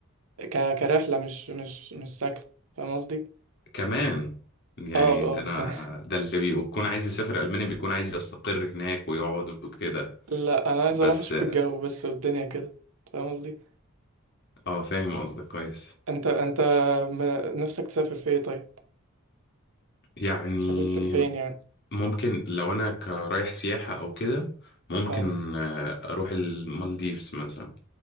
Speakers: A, on the right; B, on the left.
A: ك كرحلة مش مش مش سكن فاهم قصدي؟
B: كمان يعني
A: اه اه
B: ده انا
A: <laughs>
B: ده اللي بيكون عايز يسافر المانيا بيكون عايز يستقر هناك ويقعد وكده
A: لا أنا عايز
B: بس
A: أروح أشوف الجو بس والدنيا كده فاهم قصدي؟
B: اه فاهم قصدك كويس
A: أنت أنت م- نفسك تسافر في إيه طيب؟
B: يعني
A: تسافر فين يعني؟
B: ممكن لو انا كرايح سياحة او كده ممكن
A: اه
B: آه، اروح المالديفز مثلا